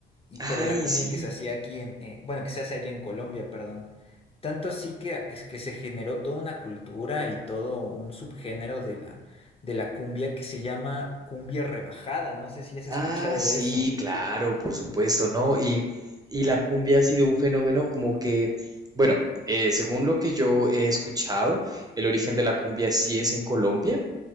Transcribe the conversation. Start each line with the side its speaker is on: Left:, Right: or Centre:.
Left: y, pero
Right: Ay,
Left: la cumbia
Right: sí.
Left: que se hacía aquí en, eh, bueno, que se hace allá en Colombia, perdón. Tanto sí que, ah, es que se generó toda una cultura y todo un subgénero de la, de la cumbia que se llama cumbia rebajada. No sé si has escuchado
Right: Ah, sí,
Left: de eso.
Right: claro, por supuesto, ¿no? Y, y la cumbia ha sido un fenómeno como que, bueno, eh, según lo que yo he escuchado, el origen de la cumbia sí es en Colombia.